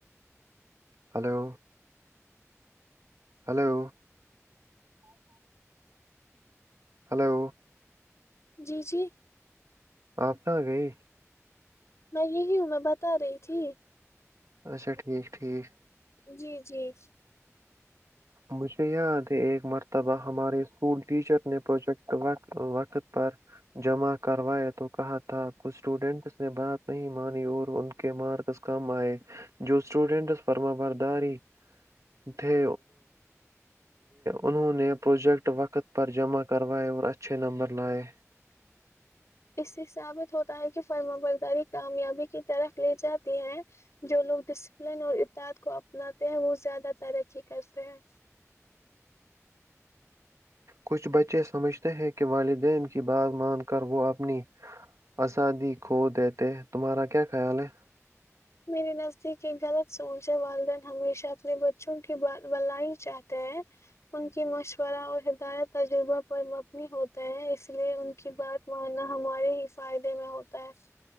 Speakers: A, on the right; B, on the left.
A: hello hello hello
B: جی جی
A: آپ کا گئی
B: میں یہی ہوں میں بتا رہی تھی
A: اچھا ٹھیک ٹھیک
B: جی جی
A: مجھے یاد ہے ایک مرتبہ ہمارے اسکول ٹیچر نے پروجیکٹ وقت پر جمع کرواائے تو کہا تھا کچھ اسٹوڈینٹس نے بات نہیں مانی اور ان کے مارکس کم آئے جو اسٹوڈینٹس پرمبرداری تھے انہوں نے پروجیکٹ وقت پر جمع کروائے اور اچھے نمبر لائے
B: اس سے ثابت ہوتا ہے کہ فرم برداری کامیابی کی طرف لے جاتی ہے جو لوگ ڈسپلن اور اطاد کو اپناتے ہیں وہ زیادہ ترقی کرتے ہیں
A: کچھ بچے سمجھتے ہیں کہ والدین کی بات مان کر وہ اپنی آزادی کھو دیتے ہیں تمہارا کیا خیال ہے
B: میرے نزدیک ایک غلط سوچ والدین ہمیشہ اپنے بچوں کی بلائی چاہتے ہیں ان کی مشورہ اور ہدایت تجربہ پر مبنی ہو ہیں اس لیے ان کی بات ماننا ہمار ہمارے ہی فائدے میں ہوتا ہے